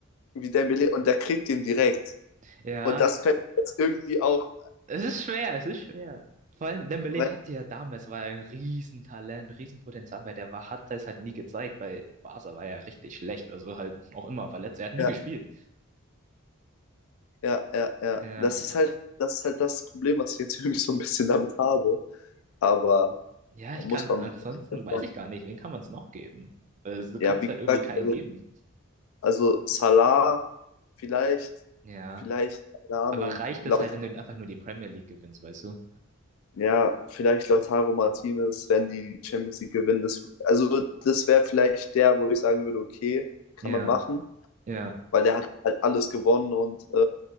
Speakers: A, on the left; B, on the right.
A: wie Dembélé und der kriegt den direkt.
B: Ja,
A: Und das fällt jetzt irgendwie auch,
B: es ist schwer, es ist schwer. Vor allem Dembélé
A: weil,
B: hatte ja damals, war er ein Riesentalent, Riesenpotenzial, aber der war, hat es halt nie gezeigt. Bei Barca war er richtig schlecht, also halt auch immer verletzt. Er hat nie
A: ja,
B: gespielt.
A: ja, ja, ja,
B: Ja,
A: das ist halt, das ist halt das Problem, was ich jetzt <laughs> irgendwie so ein bisschen damit habe, aber
B: ja,
A: muss
B: ich kann,
A: man,
B: ansonsten
A: muss
B: weiß
A: man
B: ich gar nicht, wen kann man es noch geben? Also, du
A: Ja,
B: kannst
A: wie
B: halt irgendwie
A: gesagt,
B: keinen
A: also,
B: geben.
A: also Salah vielleicht,
B: Ja,
A: vielleicht, keine Ahnung,
B: aber reicht
A: laut,
B: es halt, wenn du einfach nur die Premier League gewinnst, weißt du?
A: ja, vielleicht Lautaro Martinez, wenn die die Champions League gewinnen. Das, also das wäre vielleicht der, wo ich sagen würde, okay, kann
B: Ja,
A: man machen,
B: ja,
A: weil der hat halt alles gewonnen und äh,